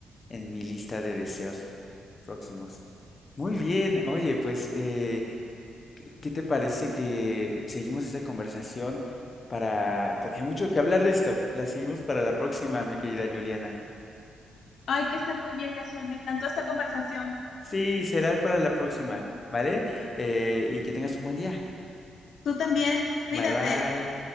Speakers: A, on the left; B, on the left.
A: en mi lista de deseos próximos. Muy bien, oye, pues, eh, ¿qué, qué te parece que seguimos esta conversación para, porque hay mucho que hablar de esto. La seguimos para la próxima, mi querida Juliana.
B: Ay, que estés muy bien, Yaciel. Me encantó esta conversación.
A: Sí, será para la próxima, ¿vale? Eh, y que tengas un buen día.
B: Tú también, cuídate.
A: Bye bye.